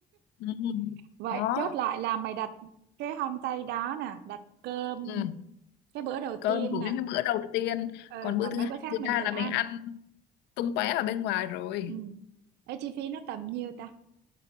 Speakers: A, on the left (about 85°); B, on the right (about 80°).
A: ừ.
B: vậy
A: đó
B: chốt lại là mày đặt cái homestay đó nè đặt cơm
A: ừ.
B: cái bữa đầu tiên
A: cơm của
B: nè
A: những cái bữa đầu tiên
B: ờ
A: còn bữa
B: còn
A: thứ
B: mấy
A: hai
B: bữa khác
A: thứ
B: mình
A: ba
B: tự
A: là
B: ăn
A: mình ăn tung tóe ở bên ngoài rồi
B: ừ Ê, chi phí nó tầm nhiêu ta